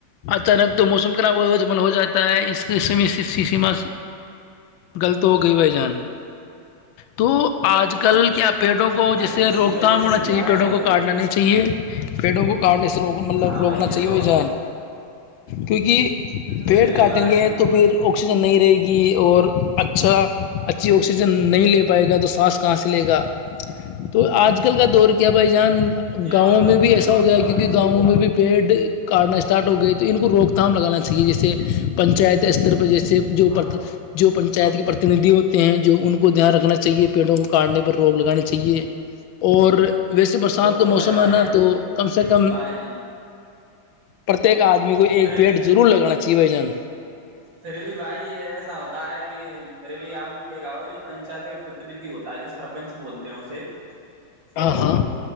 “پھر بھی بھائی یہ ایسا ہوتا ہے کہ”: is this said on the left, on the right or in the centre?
Right